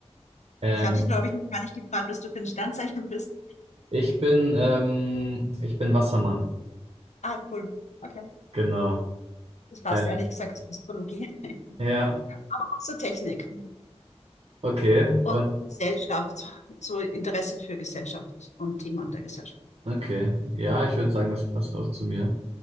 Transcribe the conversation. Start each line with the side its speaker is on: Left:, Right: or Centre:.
Right: Ähm,
Left: Ich habe dich, glaube ich, noch gar nicht gefragt, was du für ein Sternzeichen bist.
Right: ich bin, ähm, ich bin Wassermann.
Left: Ah, cool. Okay.
Right: Genau.
Left: Das passt
Right: Äh,
Left: ehrlich gesagt zur Astrologie, <laughs>
Right: ja,
Left: zur Technik
Right: okay.
Left: und
Right: Und
Left: Gesellschaft, so Interesse für Gesellschaft und Themen der Gesellschaft.
Right: okay. Ja, ich würde sagen, das passt auch zu mir.